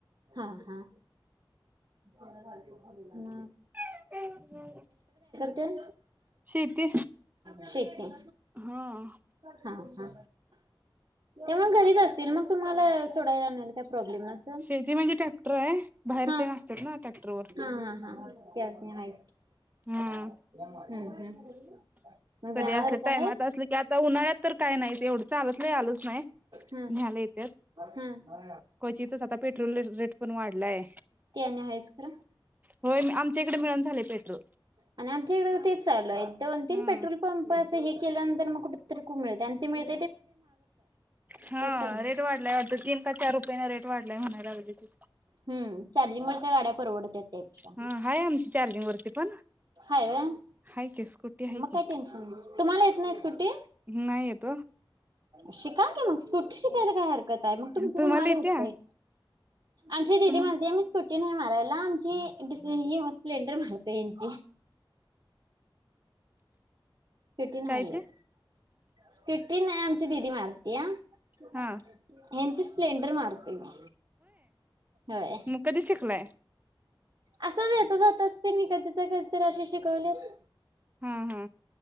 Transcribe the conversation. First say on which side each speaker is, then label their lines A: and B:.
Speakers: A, on the right; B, on the right.
A: हा हा हा. हा.
B: <inaudible>
A: त्यात
B: शेती
A: <unintelligible> शेेतेंन.
B: हा
A: हा हा. तेंव्हा घरीच रीच असतील मग तुम्हालास थोड्या वेळानं येल त्या प्रॉब्लेम नसन
B: शेती म्हणजे ट्रॅक्टर आहे बाहेर
A: हा,
B: ते असतात ना ट्रॅक्टरवर
A: हा हा हा त्यासनी हायेच की
B: हा
A: हम्म हम्म, मग
B: कधी
A: जनावर
B: असले
A: काय
B: टायमात
A: हाईत.
B: असलं की आता उन्हाळ्यात तर काय नइ. तेवढ चालत लई आलोच नई
A: हा
B: न्यायला येतात,
A: हा
B: क्वचितच आता पेट्रोल रेटपण वाढलाय,
A: ते आणि आहेच खरं
B: होय आमच्या इकड मिळणा झालंय पेट्रोल.
A: आणि आमच्या इकडे तेच चालूय दोन तीन
B: ह
A: पेट्रोल पंप तस हे केल्यानंतर कुठतरी <unintelligible> मिळतय अन ते मिळत
B: हा
A: नाही.
B: रेट वाढला वाटत तीन का चार रुपयाने रेट वाढलाय. <unintelligible> राहू दे.
A: हम्म, चार्जिंग वरच्या गाड्या परवडत्यात त्यापेक्षा,
B: हा हाय आमची चार्जिंग वरती पण
A: हाय,
B: हाय की स्कूटी हाय
A: मग
B: की
A: काय टेंशन नइ. तुम्हाला येत नाइ स्कुटी.
B: नाही येत ओ.
A: शिका की मग स्कुटी शिकायला काय हरकत आहे मग तुमच तुमाला
B: तुम्हाला येत्या
A: होतय. आमची
B: तुम
A: दिदी म्हणती आम्ही स्कूटी नाही मारायला आमची ही स्पॅल्डर मारा आता यांची. स्कुटी नाही
B: काय ते
A: येत, स्कुटी नाही आमची दिदी मार या. ह्यांची
B: हा
A: स्प्लेंडर मारते मी. होय.
B: मग कधी होय.
A: असच येत जात असते मी कधी तर कधी तर असे शिकवलेत.
B: हा हा.